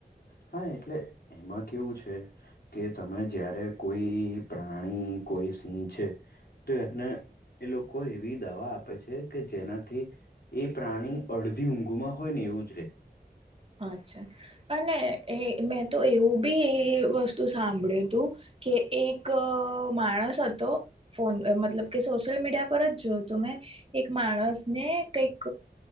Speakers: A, on the left; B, on the right.
A: હા એટલે એમાં કેવું છે? કે તમે જયારે કોઈ પ્રાણી કોઈ સિંહ છે. તો એને એ લોકો એવી દાવા આપે છે કે જેનાથી એ પ્રાણી અડધી ઊંઘુમાં હોય ને એવું જ રે.
B: અચ્છા, અને એ મેં તો એવું બી એ વસ્તુ સાંભળ્યુંતું કે એક માણસ હતો હતો ફોન મતલબ કે સોશિલ મીડિયા પર જ જોયુંતું મે. એક માણસ ને કઈક